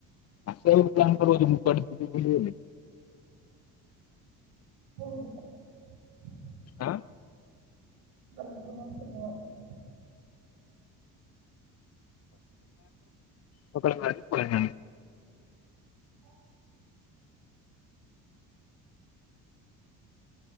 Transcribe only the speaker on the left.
ଆସ ପ୍ କର ମୁଁ କିବୁ <unintelligible>
ଆଁ
ପଳ ପଳଣି <unintelligible>